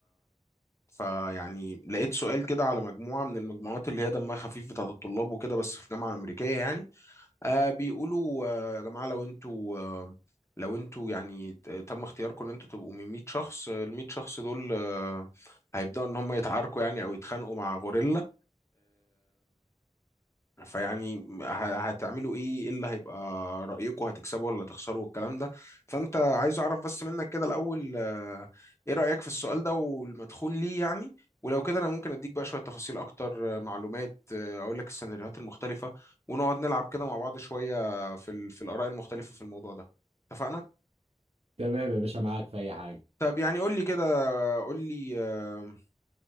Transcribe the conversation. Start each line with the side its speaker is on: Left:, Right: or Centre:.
Left: فيعني لقيت سؤال كده على مجموعة من المجموعات اللي هي دمها خفيف بتاعت الطلاب وكده بس في جامعة أمريكية يعني آه بيقولوا آه يا جماعة لو انتوا آه لو انتوا يعني ت- تم اختياركم ان انتوا تبقوا من 100 شخص آه، ال 100 شخص دول آه هيبدأوا ان هم يتعاركوا يعني او يتخانقوا مع غوريلا فيعني ه- هتعملوا ايه ايه اللي هيبقى رأيكم هتكسبوا ولا تخسروا والكلام ده فانت عايز اعرف بس منك كده الاول آه، ايه رأيك في السؤال ده والمدخول ليه يعني ولو كده انا ممكن اديك بقى شوية تفاصيل اكتر آه، معلومات آه، اقول لك السيناريوهات المختلفة ونقعد نلعب كده مع بعض شوية في ال- في الآراء المختلفة في الموضوع ده اتفقنا
Right: تمام يا باشا معاك في اي حاجه
Left: طب يعني قول لي كده قول لي آه،